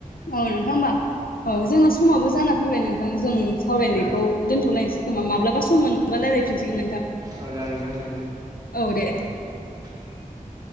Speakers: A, on the left; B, on the right.
A: औ नोंथां होमबा औ जोंना समाबो जाना फैबाय नोंथां जों सावरायनायखौ
B: औ
A: दोनथ'लायनोसै खोमा माब्लाबा सम मोनबा रायजलायफिनसिगोन नोंथां
B: औ जागोनदां दे उम
A: औ दे।
B: <inaudible>